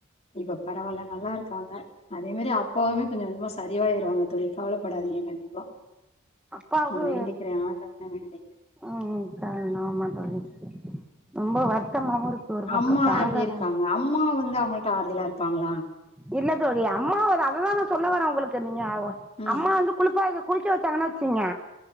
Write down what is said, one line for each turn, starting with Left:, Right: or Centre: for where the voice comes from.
Left: இப்ப பரவால்ல நல்லாருக்காங்க அதே மேரி அப் எப்பவுமே கொஞ்ச கொஞ்சமா சரியவாயிடுவாங்க தோழி கவலைப்படாதீங்க கண்டிப்பா
Centre: அப்பாவுக்கு
Left: நா வேண்டிக்கிற ஆண்டவன வேண்டி
Centre: ம் ம் க ஆமா தோழி ரொம்ப வருத்தமாவு இருக் ஒரு பக்கோ
Left: அம்மா
Centre: தாங்கல
Left: எப்டி இருக்காங்க? அம்மா வந்து அவங்கள்ட ஆறுதலா இருப்பாங்களா
Centre: இல்ல தோழி அம்மாவத அத தா சொல்ல வரே உங்ளுக்கு நீங்க ஆ ஓவ
Left: ம்.
Centre: அம்மா வந்துகு குளிப்பா இது குளிக்க வச்சாங்கன்னா வச்சீங்க